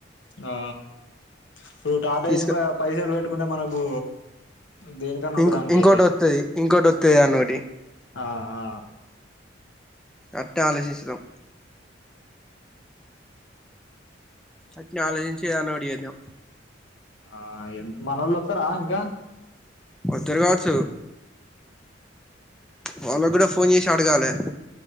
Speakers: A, on the left; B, in the centre.
A: ఆ ఇప్పుడు టాటాఏసి
B: తీసుక
A: పైసలు పెట్టుకుంటే మనకు దేనికన్నా ఒక
B: ఇంకో
A: దానికి
B: ఇంకోటోత్తది
A: అయితాయి
B: ఇంకోటి వత్తది యాదన్న ఒకటి
A: ఆ ఆ
B: అట్టే ఆలోచించేదాం అట్నే ఆలోచించి యదన ఒకటి చేద్దాం
A: ఆ ఎంత మనోళ్ళు వత్తరా ఇంకా
B: వత్తరు కావచ్చు వాళ్ళకి కూడా ఫోన్ చేసి అడగాలి